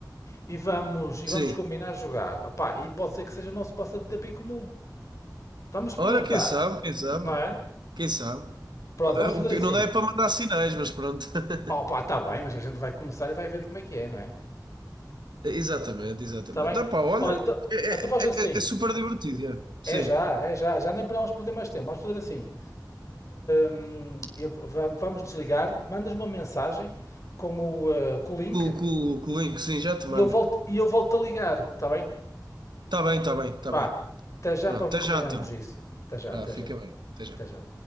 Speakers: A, on the left; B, on the right.
A: e vamos, e
B: Sim.
A: vamos combinar jogar. Opá, e pode ser que seja o nosso passatempo em comum. Vamos experimentar,
B: Olha, quem sabe, quem sabe,
A: não é?
B: quem sabe.
A: Pronto,
B: O
A: vamos fazer
B: pior
A: assim.
B: não dá é para mandar sinais, mas pronto. <laughs>
A: Oh, pá, tá bem, mas a gente vai começar e vai vendo como é que é, não é?
B: Exatamente, exatamente.
A: Tá bem?
B: Epá, olha,
A: Olha, então
B: é,
A: então faz assim.
B: é- é- é super divertido, é.
A: É
B: Sim.
A: já, é já, já nem podemos perder mais tempo. Vamos fazer assim. Hum, eu vamos desligar. Mandas uma mensagem com o, eh, com o link
B: Com, com, com o link, sim, já te mando.
A: e eu volto, e eu volto a ligar, está bem?
B: Tá bem, tá bem, tá
A: Vá,
B: bem.
A: até já
B: Pronto,
A: para
B: até
A: combinarmos
B: já então.
A: isso. Até já,
B: Ah,
A: até
B: fica
A: já,
B: bem, até já.
A: até já.